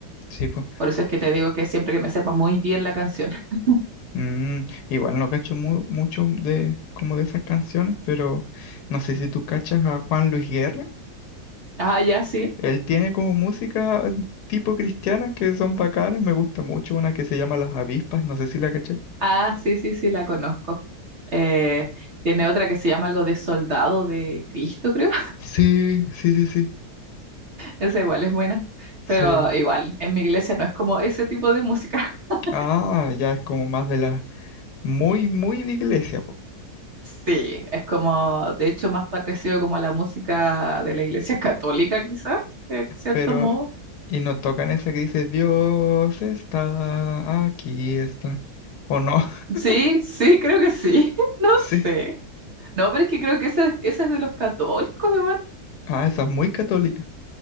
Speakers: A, on the left; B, on the right.
A: sí, po.
B: Por eso es que te digo que siempre que me sepa muy bien la canción. <laughs>
A: Mm, igual no cacho mu- mucho de como de esas canciones, pero no sé si tú cachas a Juan Luis Guerra.
B: Ah, ya sí.
A: Él tiene como música eh, tipo cristiana que son bacanas, me gusta mucho una que se llama Las Avispas, no sé si la caché.
B: Ah, sí, sí, sí, la conozco. Eh, tiene otra que se llama algo de Soldado de Cristo, creo.
A: Sí, sí, sí, sí,
B: Esa igual es buena,
A: sí.
B: pero igual, en mi iglesia no es como ese tipo de música. <laughs>
A: Ah, ya es como más de la muy, muy de iglesia, po.
B: Sí, es como, de hecho, más parecido como a la música de la iglesia <laughs> católica, quizás, en cierto
A: Pero,
B: modo.
A: y no tocan esa que dice, Dios está, aquí está. ¿O no? <laughs>
B: Sí, sí, creo que sí, <laughs> no
A: Sí.
B: sé. No, pero es que creo que esa, esa es de los católicos igual.
A: Ah, esa es muy católica.